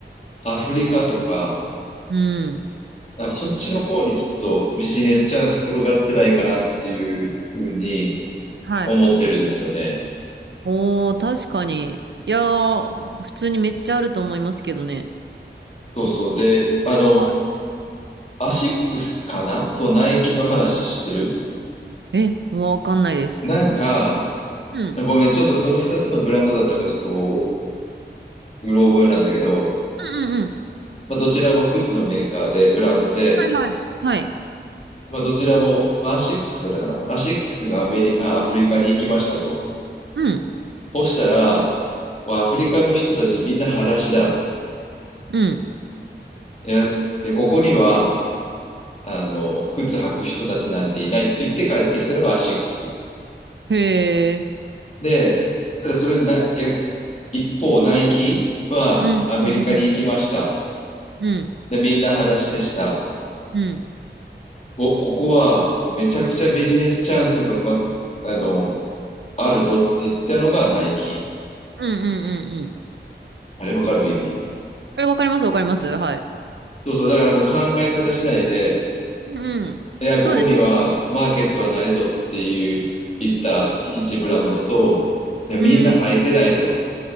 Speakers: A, on the left; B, on the right.
A: アフリカとか、
B: うん。
A: なんかそっちの方にちょっとビジネスチャンス転がってないかなっていうふうに
B: はい。
A: 思ってるんですよね。
B: おー、確かに。いやー、普通にめっちゃあると思いますけどね。
A: そうそう。で、あの、
B: は
A: アシックスかなとナイキの話知ってる
B: い。え、わかんないです。
A: なんか、
B: うん。
A: ごめん、ちょっとその2つのブランドだったかちょっとうろ覚えなんだけど、
B: うんうんうん。
A: まあ、どちらも靴のメーカーで、ブランドで、
B: はいはい。はい。
A: まあ、どちらも、まあ、アシックスだったかな。アシックスがアメリ、あ、アフリカに行きましたと。
B: うん。
A: そしたら、アフリカの人たちみんな裸足だ。
B: うん。
A: いや、で、ここには、あの、靴履く人たちなんていないって言って帰ってきたのがアシックス。
B: へえ。
A: で、ただそれな、逆一方、ナイキはアメリカに行きました。
B: うんうんうん。
A: で、みんな裸足でした。
B: うん。
A: お、ここはもうめちゃくちゃビジネスチャンスが、ま、あの、あるぞって言ったのがナイキ。
B: うんうんうんうんうん。
A: あれわかる意味。
B: え、わかりますわかります。はい。
A: そうそう、だからもう考え方次第で、
B: うん。
A: いや、
B: そうです。
A: ここにはマーケットはないぞっていう言った一ブランドと、いや、
B: うん。
A: みんな履いてないぞ。